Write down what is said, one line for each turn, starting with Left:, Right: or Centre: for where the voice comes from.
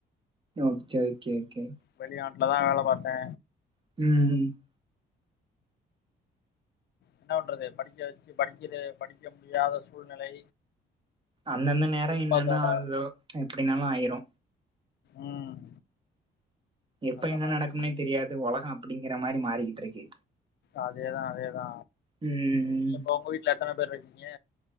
Right: ஓகே கே கே
Left: வெளிநாட்ல தா வேல பாத்தே
Right: ம் ம்
Left: என்னா வண்றது படிக்க வச்சு படிக்கிற படிக்க முடியாத சூழ்நிலை
Right: அன்னன்ன நேரோ
Left: குடும்பத்தோட
Right: இன்னென்ன ஆகுதோ எப்டினாலு ஆயிரு
Left: ம்
Right: எப்ப
Left: அந்த
Right: என்ன
Left: மாரி
Right: நடக்கும்னே தெரியாது ஒலகோ அப்படிங்கிற மாரி மாறிக்கிட்ருக்கு
Left: அதேதா அதேதா
Right: ம்.
Left: நீ இப்போ ஒங்க வீட்ல எத்தன பேர் இருக்கீங்க